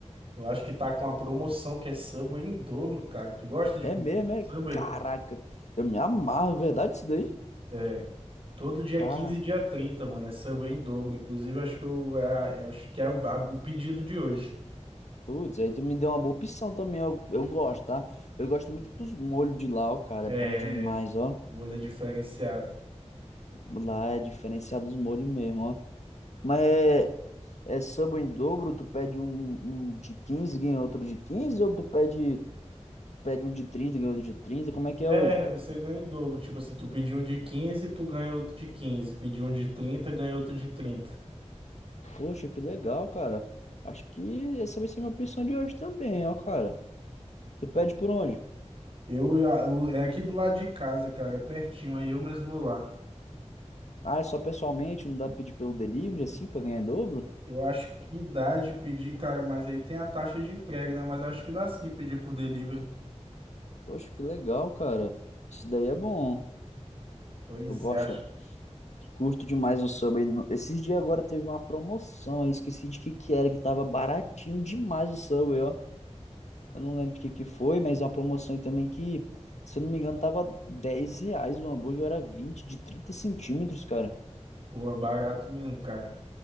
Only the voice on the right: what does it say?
eu acho que tá com a promoção que é Subway em dobro, cara. Tu gosta de
comer
Subway?
É. Todo dia
15 e dia 30 mano. É samba em dobro. Inclusive, acho que, eu, é- é- acho que é o, a- o pedido de hoje.
É
molha diferenciada.
É,
você ganha em dobro. Tipo assim, tu pediu um de 15 tu ganha outro de quinze Pediu um de 30 ganha outro de trinta
Eu, a- eu- é aqui do lado de casa, cara. É pertinho, aí eu mesmo vou lá.
Eu acho que dá de pedir, cara, mas aí tem a taxa de entrega, né? Mas acho que dá sim pedir por delivery.
Pois
é, acho.
Pô, barato mesmo, cara.